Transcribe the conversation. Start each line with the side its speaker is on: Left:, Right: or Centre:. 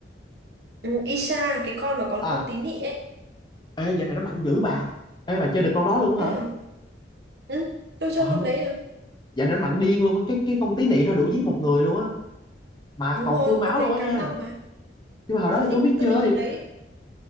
Right: Ừ, Isha cái con mà có
Left: à
Right: con tí nị ấy.
Left: ê dạo này nó mạnh dữ bà ê bà chơi được con đó luôn hả
Right: Thế hả? Ừ, tôi chơi
Left: ừ
Right: con đấy à?
Left: dạo này nó mạnh điên luôn á cái cái con tí nị thôi đủ giết một người luôn á mà
Right: Đúng
Left: còn
Right: rồi,
Left: full máu
Right: con đấy
Left: luôn á
Right: cắn
Left: nha
Right: đau mà. Ừ,
Left: nhưng mà hồi đó
Right: tôi
Left: thì
Right: thích
Left: tôi không biết
Right: tôi
Left: chơi
Right: thích con đấy.